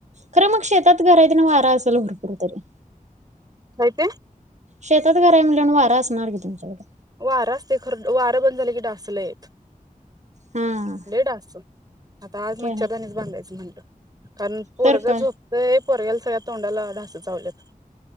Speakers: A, on the right; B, on the right.
A: खरं मग शेतात घर येत ना वारा असल भरपूर तरी.
B: काय ते?
A: शेतात घर आहे म्हणल्यावर वारा असणार की तुमच्याकड.
B: वारा असते खरं. वारं बंद झालं की डास लंय येत.
A: हा
B: लई डास. आता आज
A: ते
B: मच्छरदानीच
A: आणि
B: बांधायचं म्हणलं. कारण पोरगं
A: तर काय
B: झोपतये पोरग्याला सगळ्या तोंडाला डास चावल्यात.